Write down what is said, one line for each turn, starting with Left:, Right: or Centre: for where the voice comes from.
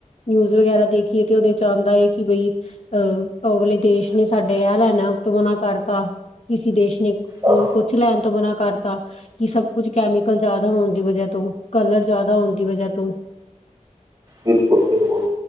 Left: ਨਿਊਜ਼ ਵਗੈਰਾ ਦੇਖੀਏ ਤੇ ਉਹਦੇ ਚ ਆਉਂਦਾ ਹੈ। ਕਿ ਬਈ ਅਹ ਅਗਲੇ ਦੇਸ਼ ਨੇ ਸਾਡੇ ਦੇਣਾ ਲੈਣਾ ਤੋਂ ਮਨਾ ਕਰਤਾ। ਕਿਸੇ ਦੇਸ਼ ਨੇ
Right: ਹਾਂ
Left: ਕੁਛ ਲੈਣ ਤੋਂ ਮਨਾ, ਕਰਤਾ ਜਿ ਸਭ ਕੁਝ ਕੈਮੀਕਲ ਜ਼ਿਆਦਾ ਹੋਣ ਦੀ ਵਜ੍ਹਾ ਤੋਂ, ਕਲਰ ਜ਼ਿਆਦਾ ਹੋਣ ਦੀ ਵਜ੍ਹਾ, ਤੋਂ
Right: ਬਿਲਕੁਲ -ਬਿਲਕੁਲ